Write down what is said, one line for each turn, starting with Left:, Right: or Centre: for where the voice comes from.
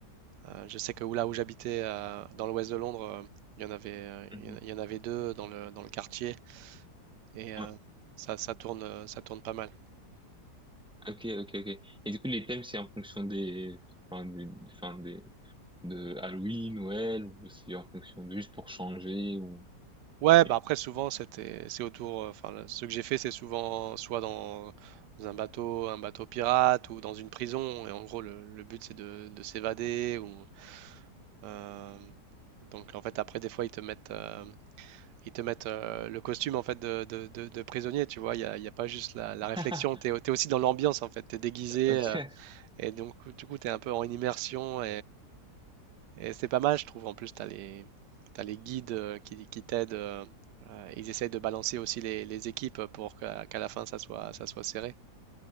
Right: euh, je sais que où- là où j'habitais, euh, dans l'ouest de Londres, euh, il y en avait, euh,
Centre: Mhm.
Right: il y en- il y en avait deux dans le, dans le quartier, et euh,
Centre: Ouais.
Right: ça, ça tourne, ça tourne pas mal.
Centre: Ok, ok, ok. Et du coup, les thèmes, c'est en fonction des, enfin, des, enfin, des, de Halloween, Noël, ou c'est en fonction de juste pour changer, ou,
Right: Ouais,
Centre: ouais.
Right: bah après souvent c'était c'est autour euh, enfin le- ce que j'ai fait c'est souvent soit dans, dans un bateau, un bateau pirate ou dans une prison et en gros le, le but c'est de, de s'évader ou euh, donc en fait après des fois ils te mettent euh, ils te mettent euh, le costume en fait de, de- de- de prisonnier, tu vois, il y a, il y a pas juste la, la
Centre: <laughs>
Right: réflexion, t'es, t'es aussi dans l'ambiance en fait, t'es déguisé
Centre: Ok.
Right: euh, et donc du coup t'es un peu en immersion et c'est pas mal, je trouve. En plus, tu as les, t'as les guides euh, qui, qui t'aident. euh, euh, ils essayent de balancer aussi les, les équipes pour qu'à qu'à la fin, ça soit, ça soit serré.